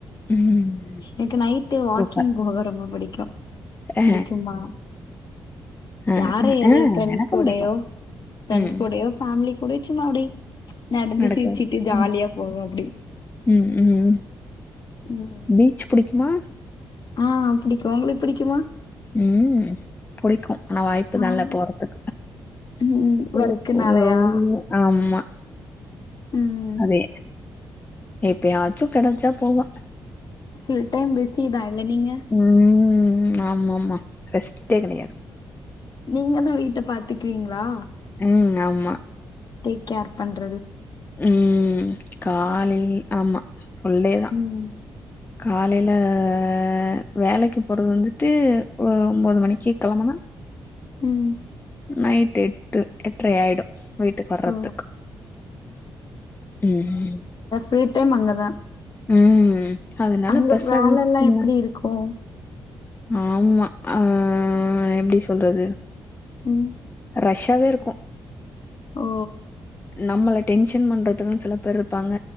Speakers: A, on the left; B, on the left.
A: ம்
B: எனக்கு நைட்டு வாக்கிங்
A: சூப்பர்
B: போக ரொம்ப புடிக்கு அப்டிச்சும்மா
A: அ அ அ
B: யார அது
A: அ
B: ஃப்ரெண்ட்ஸ்
A: எனக்கு
B: கூடயோ
A: புடிக்கு
B: ஃப்ரெண்ட்ஸ்
A: ம்
B: கூடயோ ஃபேமிலி கூட சும்மா அப்டே நடந்து
A: நடக்குது
B: சிரிச்சிட்டு ஜாலியா
A: ம்
B: போவோ அப்டி
A: ம் ம்
B: ம்
A: பீச் புடிக்குமா
B: ஆ புடிக்கு உங்களுக்கு புடிக்குமா
A: ம் புடிக்கு ஆனா வாய்ப்புதா
B: ஆமா
A: இல்ல போறதுக்கு
B: ம் ஒர்க்குனாலயா
A: ஓஹோ ஆமா
B: ம்
A: அதே எப்பயாச்சு கெடச்சா போவ
B: ஃபுல் டைம் பிஸி தா இல்ல நீங்க
A: ம் ஆமாமா ரெஷ்ட்டே கெடயாது
B: நீங்க தா வீட்ட பாத்துக்குவீங்ளா
A: ம் ஆமா
B: டேக் கேர் பண்றது
A: ம் காலைல ஆமா ஃபுல்டே தா
B: ம்
A: காலைல அ வேலைக்கு போறது வந்துட்டு ஒன்பது மணிக்கு கெளம்புனா
B: ம்
A: நைட்டு எட்டு எட்ர ஆய்டு வீட்டுக்கு வரப்ப
B: ஓ
A: ம்
B: ரூட்டும் அங்க தான்
A: ம் அதனால
B: அங்க
A: பெருசா
B: வேலல்லா
A: வீட்டுக்கு
B: எப்டி இருக்கு
A: ஆமா ஆ எப்டி சொல்றது
B: ம்
A: ரஷ்ஷாவே இருக்கு
B: ஓ
A: நம்மள டென்ஷன் பண்றதுக்கு சில பேர் இருப்பாங்க